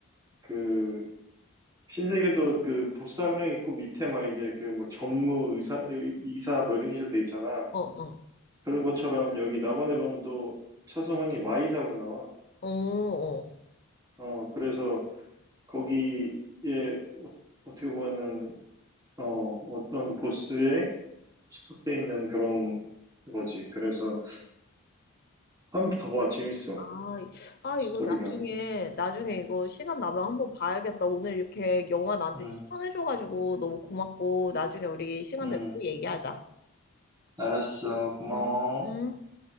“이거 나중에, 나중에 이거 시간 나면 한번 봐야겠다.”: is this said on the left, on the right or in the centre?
Left